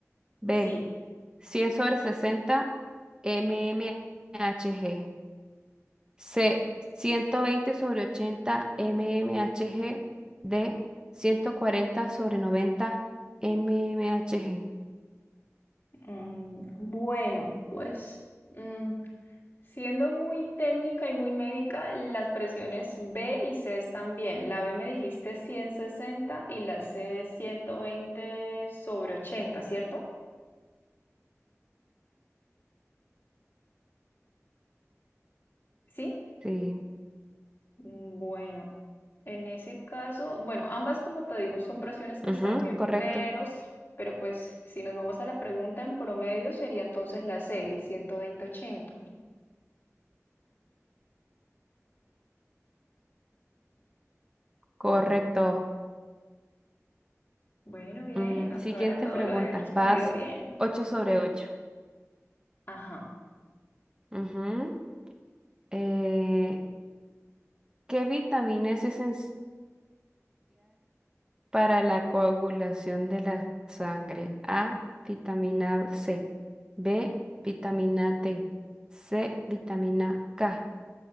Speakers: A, on the right; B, on the left.
A: B.
B: Sí,
A: 100 sobre 60 mmHg. C. 120 sobre 80 mmHg. D. 140 sobre 90 mmHg.
B: mm, bueno, pues mm, siendo muy técnica y muy médica, las presiones B y C están bien. La B me dijiste 160 y la C 120 sobre 80, ¿cierto? Sí.
A: Sí.
B: Mm, Bueno, en ese caso, bueno, ambas como te digo son presiones que están
A: Ujú,
B: bien,
A: correcto.
B: pero, s- pero pues si nos vamos a la pregunta en promedio sería entonces la C, el ciento veinte ochenta.
A: Correcto.
B: Bueno, bien,
A: Mm,
B: hasta
A: siguiente
B: ahora todo
A: pregunta.
B: lo he respondido
A: Vas
B: bien.
A: 8 sobre 8.
B: Ajá.
A: Ujú. Eh, ¿qué vitamina es esencial para la coagulación de la sangre? A, vitamina C. B, vitamina D. C, vitamina K.